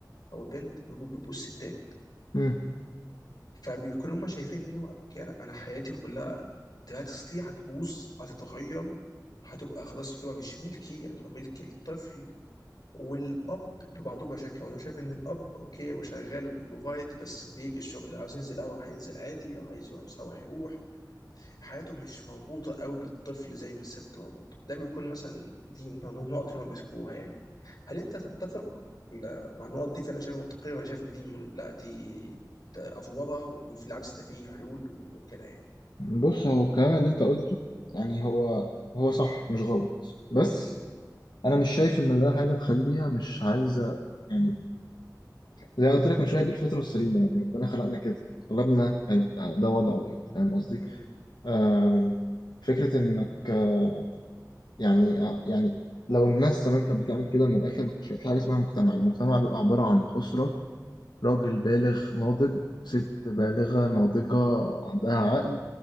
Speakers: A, on the left (about 65°); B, on the left (about 80°).
A: او البنت بيبقوا بيبقوا الستات
B: مم.
A: فبيكونوا هم شايفين ان هو اوكي انا انا حياتي كلها دراكسلي هتبوظ هتتغير هتبقى خلاص بتبقى مش ملكي هتبقى ملك الطفل والاب ببعضه بقى شايف كده هو شايف ان الاب اوكي هو شغال وبيبروفايد بس بيجي الشغل لو عايز ينزل قهوه هينزل عادي لو عايز يروح نسهر هيروح حياته مش مربوطه قوي بالطفل زي ما الست مربوطه ده بيكون مثلا دي من ضمن النقط اللي هم بيذكروها يعني هل انت تتفق ولا مع النقط دي فعلا شايفها منطقيه ولا شايف ان دي من... لا دي ده افوره وفي العكس ده فيه حلول وكده
B: بص هو الكلام اللي أنت قلته يعني هو هو صح مش غلط بس أنا مش شايف إن ده حاجة تخليها مش عايزة يعني زي ما قلت لك من شوية دي الفطرة السليمة يعني ربنا خلقنا كده أغلبنا هيبقى ده وضعه يعني فاهم قصدي؟
A: يعني
B: آم، فكرة إنك آه، يعني آه، يعني لو الناس زمان كانت بتعمل كده من الآخر مش هيبقى في حاجة اسمها مجتمع المجتمع بيبقى عبارة عن أسرة راجل بالغ ناضج ست بالغة ناضجة عندها عقل